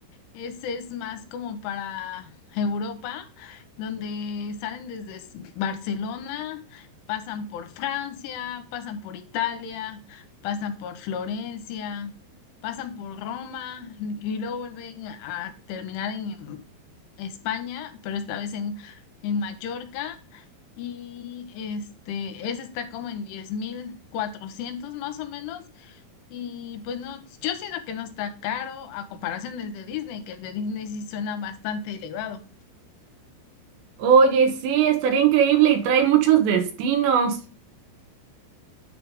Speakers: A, on the left (about 80°); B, on the right (about 70°).
A: Ese es más como para Europa, donde salen desde S- Barcelona, pasan por Francia, pasan por Italia, pasan por Florencia, pasan por Roma y y luego vuelven a terminar en España, pero esta vez en, en Mallorca. Y este, ese está como en 10.400 más o menos. Y pues no, yo siento que no está caro a comparación del de Disney, que el de Disney sí suena bastante elevado.
B: Oye, sí, estaría increíble y trae muchos destinos.